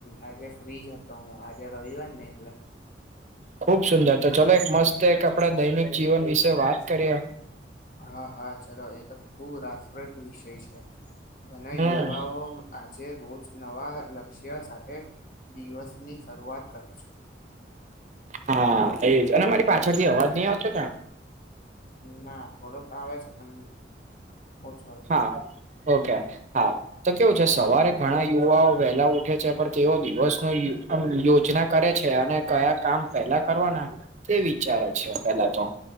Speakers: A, on the left; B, on the right.
A: આજે ફ્રીજ હતો હું આજે રવિવાર ને એકલે.
B: ખુબ સુંદર તો ચાલ એક મસ્ત એક આપણે દૈનિક જીવન વિશે વાત કરીએ.
A: હા હા ચલો એ તો ખુબ રાસપ્રદ વિષય છે. ઘણા
B: હમ
A: યુવાઓ આજે રોજ નવા લક્ષ્ય સાથે. દિવસ ની શરૂઆત કરે છે.
B: હા એજ અને મારી પાછળથી અવાજ નહી આવતો
A: ના થોડુંક આવે છે પણ ઓછો
B: હા ઓકે હા. તો કેવું છે સવારે ઘણા યુવાઓ વહેલા ઉઠે છે પણ તેઓ દિવસ ન યોજના કરે છે અને કયા કામ પેલા કરવાના તે વિચારે છે પેલા તો